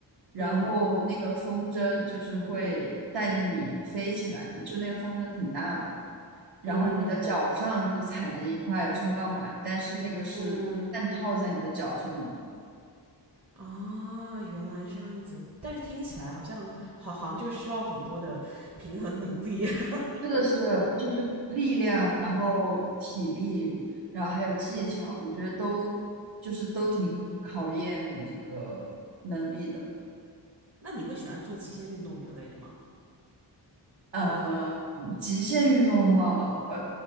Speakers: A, on the right; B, on the right.
A: 然后那个风筝就是会带着你飞起来，
B: 嗯
A: 就那个风筝挺大的嘛。然后你的脚上就是踩着一块冲浪板，
B: 嗯
A: 但是那个是半套在你的脚上的。
B: 嗯啊，原来这样子，但是听起来好像好，好像就需要很多的平衡能力。<laughs>
A: 是的，是的就是力量，
B: 嗯
A: 然后体力，然后还有技巧，
B: 嗯，
A: 我觉得都就是都挺考验那个能力的。
B: 那你会喜欢做极限运动之类的吗？
A: 呃，极限运动的话，呃，